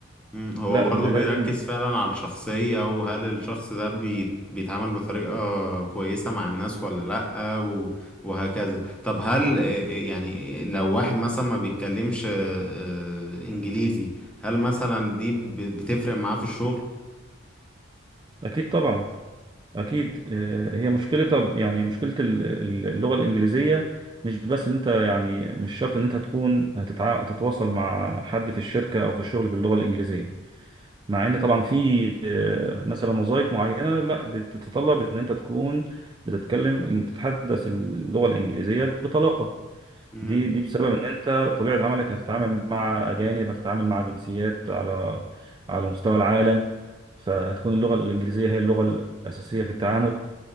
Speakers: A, in the centre; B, on the right.
A: مم، هو
B: لا
A: برضه
B: ده لازم
A: بيركز فعلا على الشخصية وهل الشخص ده بي- بيتعامل بطريقة كويسة مع الناس ولا لأ و- وهكذا طب هل آه، آه، يعني لو واحد مثلا ما بيتكلمش آه، آه، إنجليزي هل مثلا دي ب- بتفرق معاه في الشغل؟
B: اكيد طبعا اكيد آه، هي مشكله طب يعني مشكله ال- ال- اللغه الانجليزيه مش بس ان انت يعني مش شرط ان انت هتكون هتتع- هتتواصل مع حد في الشركه او في الشغل باللغه الانجليزيه مع ان طبعا في آه، مثلا وظائف معينه لا بتتطلب ان انت تكون بتتكلم ان تتحدث اللغه الانجليزيه بطلاقه
A: مم.
B: دي دي بسبب ان انت طبيعه عملك هتتعامل مع اجانب هتتعامل مع جنسيات على على مستوى العالم فهتكون اللغه الانجليزيه هي اللغه الاساسيه في التعامل